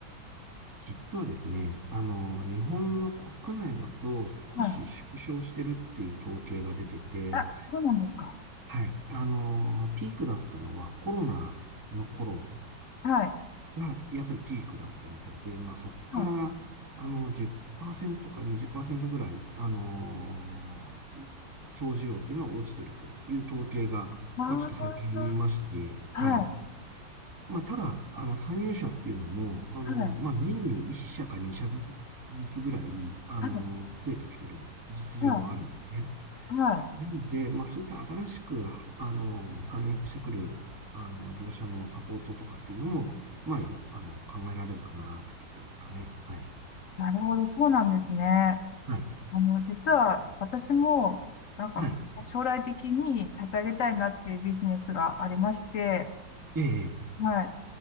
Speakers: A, on the right; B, on the left.
A: 実はですね、あの、日本の国内だと少し縮小してるっていう統計が出てて、
B: はい。あ、そうなんですか。
A: はい。あの、ピークだったのはコロナの頃
B: はい。
A: が、やっぱりピークだったみたいで、まあそっから、
B: はい。
A: あの、10%かにじゅっパーセ20%ぐらい、あのー総需要っていうのは落ちてるという統計が、
B: あ
A: まあちょっと最近見まして、
B: あ、
A: はい。
B: はい。
A: まあただ、あの、参入者っていうのも、あの、
B: はい。
A: まあ年に1社か2社ずつ、ずつぐらい、あの、
B: はい。
A: 増えてきてる実情はあるんでね。
B: はい。はい
A: なんで、まあ、そういった新しく、ああの、参入してくる、あの、業者のサポートとかっていうのも、まあ、や、あの、考えられるかなっていうところですかね。はい。
B: なるほど。そうなんですね。あ
A: はい。
B: の、実は私も、なんか、
A: はい。
B: 将来的に立ち上げたいなっていうビジネスがありまして、
A: ええ、
B: はい。